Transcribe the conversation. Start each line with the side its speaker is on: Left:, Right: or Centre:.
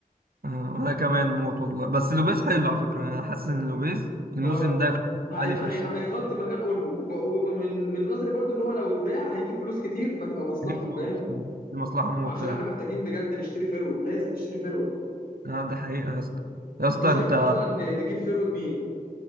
Right: آه وانا كمان موت والله بس لوبيز حلو على فكره انا حاسس ان لوبيز الموسم
Left: اه
Right: ده
Left: هي
Right: عالي
Left: هي
Right: فشخ
Left: هيغطي مكان اولمو وب- ومن من نظري برضو ان هو لو اتباع هيجيب فلوس كتير فهتبقى مصلحه
Right: دي فلوس
Left: فاهم
Right: آه، دي مصلحه موت
Left: عشان
Right: فعلا
Left: احنا محتاجين بجد نشتري فيرود لازم نشتري فيرود
Right: اه ده حقيقه يا اسطى يا اسطى
Left: انت شايف
Right: انت
Left: مثلا نجيب فيرود مين